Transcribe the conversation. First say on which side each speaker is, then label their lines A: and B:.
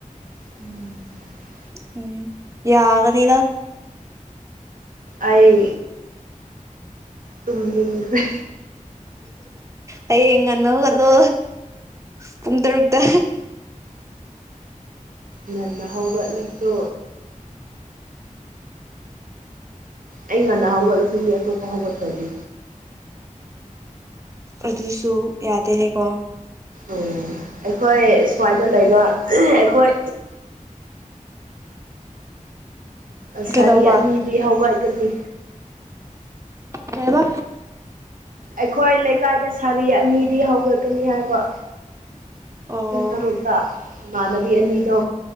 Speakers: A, on the right; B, on the right.
A: ꯎꯝ
B: ꯎꯝ ꯌꯥꯒꯅꯤꯗ
A: ꯑꯩ ꯇꯨꯝꯅꯤꯡꯈ꯭ꯔꯦ
B: ꯍꯌꯦꯡ ꯉꯟꯅ ꯍꯧꯒꯠꯂꯣ ꯄꯨꯡ ꯇꯔꯨꯛꯇ
A: ꯉꯟꯅ ꯍꯧꯒꯠꯂꯁꯨ ꯑꯩ ꯉꯟꯅ ꯍꯧꯒꯠꯂꯁꯨ ꯃꯤ ꯑꯇꯣꯞꯄ ꯍꯧꯒꯠꯇ꯭ꯔꯗꯤ
B: ꯑꯗꯨꯁꯨ ꯌꯥꯗꯦꯅꯦꯀꯣ
A: ꯑ ꯑꯩꯈꯣꯏ ꯁ꯭ꯋꯥꯏꯗ ꯂꯩꯕ ꯑꯩꯈꯣꯏ ꯑꯁꯥꯔꯤ
B: ꯀꯩꯗꯧꯕ
A: ꯑꯅꯤꯗꯤ ꯍꯧꯒꯠꯀꯅꯤ
B: ꯀꯩ ꯍꯥꯏꯕ
A: ꯑꯩꯈꯣꯏ ꯂꯩꯀꯥꯏꯗ ꯁꯥꯔꯤ ꯑꯅꯤꯗꯤ ꯍꯧꯒꯠꯀꯅꯤ ꯍꯥꯏꯕ
B: ꯑꯣ
A: ꯄꯨꯡ ꯇꯔꯨꯛꯇ ꯏꯃꯥꯟꯅꯕꯤ ꯑꯅꯤꯗꯣ